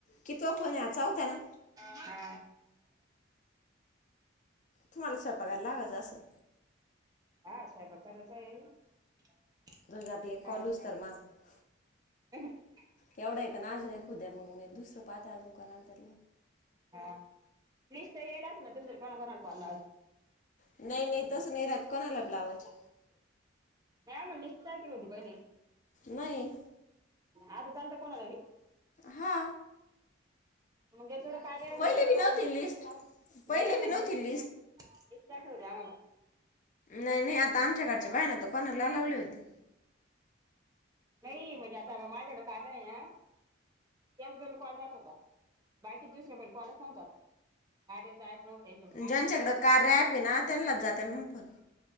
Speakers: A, on the left; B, on the right.
A: कि तो कोनचा होता ना
B: हा
A: तुम्हाला स्वयपाकायला लागच असंल
B: हा सोयपाक करच आहे आहे
A: जाऊ दे आता
B: म ती
A: एक कॉल होऊस तर मग
B: <inaudible>
A: एवढा आहे ना अजून फ पुद्या मग दुसरंहा अजूं कोणाला
B: हा लिस्ट यायलाच ना तुमच्या कोणा कोणाला कॉल लावायची
A: नाही नाही तस नाही राहते कोणाला? लावायचे.
B: नाही आ म्हण लिस्ट टाखल होती पहिले,
A: नाही
B: आता चालत कोणाला
A: हा
B: म्हणवढ कार्यावी
A: पहिले
B: त्यालाच
A: बी नव्हती
B: लावायच
A: लिस्ट पहिले
B: नाही आ
A: बी
B: म्हण
A: नव्हती
B: लिस्ट लिस्टखल होती आम्हाला
A: नाही नाही आता आमच्याकडच बाय कोणाला लावली होती.
B: नाही म्हणजे आता माझ्याकडे कार्य आहे ना त्याच बेल कॉल जात होता बाकी दुसऱ्या बेल कॉलच नव्हता कार्याच ऍप नव्हतं त्यांच्याकडे
A: ज्यांच्याकडे कार्या ऍप ये ना त्यांनाच जात त्यामुफण <inaudible>